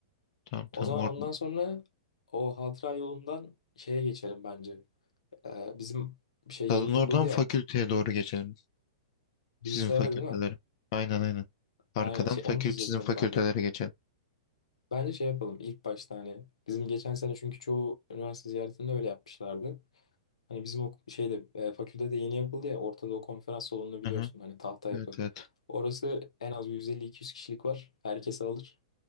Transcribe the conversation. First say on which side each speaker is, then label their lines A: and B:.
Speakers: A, on the left; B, on the left.
A: tamam
B: O
A: tamam
B: zaman
A: or
B: ondan sonra o hatıra yolundan şeye geçelim bence. Ee, bizim bir şey
A: stadın
B: yeni yapıldı
A: oradan
B: ya.
A: fakülteye doğru geçelim
B: Bilgisayara
A: sizin fakültelere
B: değil mi?
A: aynen aynen arkadan
B: Aynen şey
A: fakül
B: onu diyecektim
A: sizin fakültelere
B: ben de.
A: geçelim.
B: Bence şey yapalım ilk başta hani. Bizim geçen sene çünkü çoğu üniversite ziyaretinde öyle yapmışlardı. Hani bizim o şeyde e, fakültede yeni yapıldı ya ortada o konferans salonunu biliyorsun
A: hı hı.
B: hani tahta yapı.
A: evet evet
B: Orası en az 150-200 kişilik var. Herkes alır.